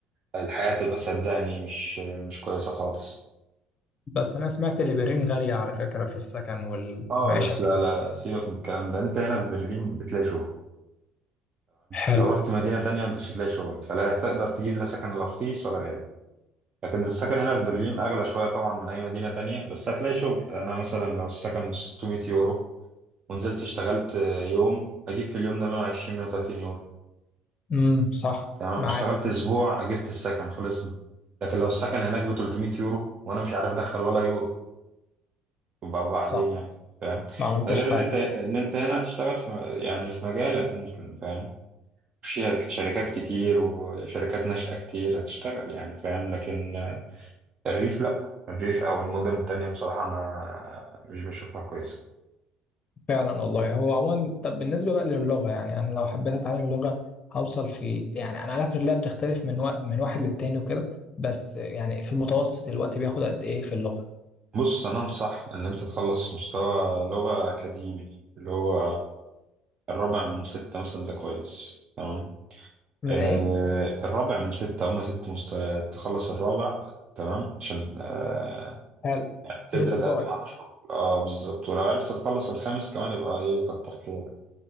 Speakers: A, on the right; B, on the left.
A: الحياة تبقى صدقني مش مش كويسة خالص
B: بس انا سمعت اللي برين غاليه على فكره في السكن والمعيشه
A: خالص
B: فيه
A: لا لا سيبك من الكلام ده انت هنا في برلين بتلاقي شغل
B: حلو
A: لو رحت مدينة تانية انت مش هتلاقي شغل فلا هتقدر تجيب لا سكن لا رخيص ولا غالي لكن السكن هنا في برلين اغلى شوية طبعا من اي مدينة تانية بس هتلاقي شغل انا مثلا لو السكن ب 600 يورو ونزلت اشتغلت آه، يوم هجيب في اليوم ده 120 130 يورو
B: امم صح
A: تمام
B: معاك
A: اشتغلت اسبوع جبت السكن خلصنا لكن لو السكن هناك ب 300 يورو وانا مش عارف ادخل ولا يورو يبقى بعدين
B: صح
A: يعني فاهم
B: ما عملتش
A: ده غير
B: حاجة
A: ان انت ان انت هنا هتشتغل في م- يعني في مجالك ممكن فاهم في شرك- شركات كتير وشركات ناشئة كتير هتشتغل يعني فاهم لكن الريف لأ الريف أو المدن التانية بصراحة أنا مش بشوفها كويسة
B: فعلا والله هو عموما طب بالنسبة بقى للغة يعني أنا لو حبيت أتعلم اللغة هوصل في يعني أنا عارف إن اللغة بتختلف من و... من واحد للتاني وكده بس يعني في متوسط الوقت بياخد قد إيه في اللغة؟
A: بص أنا أنصح إن أنت تخلص مستوى لغة أكاديمي اللي هو الرابع من ستة مثلا ده كويس تمام
B: من
A: آه
B: إيه؟
A: الرابع من ستة هما ست مستويات تخلص الرابع تمام عشان آه
B: حلو
A: تبدأ
B: بيتس
A: تقدم
B: فايب
A: على شغل اه بالظبط ولو عرفت تخلص الخامس كمان يبقى ايه كتر خيرك